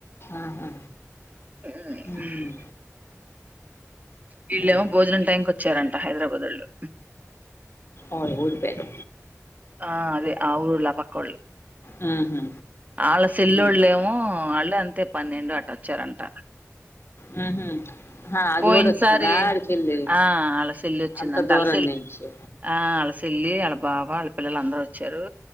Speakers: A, on the left; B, on the right.
A: ఆహా!
B: మ్మ్
A: హ్మ్.
B: వీళ్ళేమో
A: అది.
B: భోజనం టైంకి వచ్చారం త హైదరాబాదోళ్ళు
A: ఓ ఊరీ పేరు
B: ఆ అదే ఆ ఊర్ళ ఆ పక్కోళ్లు
A: హుహు.
B: వాళ్ళ సెల్లోళ్ళు
A: హ్మ్.
B: ఏమో వాళ్ళు అంతే పన్నెండు అట్ట వచ్చారంట
A: హుహు. ఆహా! అది
B: పోయినసారి
A: గూడొచ్చిందా ఆడికెళ్ళి?
B: ఆ ఆళ్లసేల్లి వచ్చింధంట
A: అంత దూరం
B: అల్లసెల్లి
A: నుంచి.
B: ఆ అల్లసిల్లి అల్ల బా బావ వాళ్ళ పిల్లలు అందరూ వచ్చారు.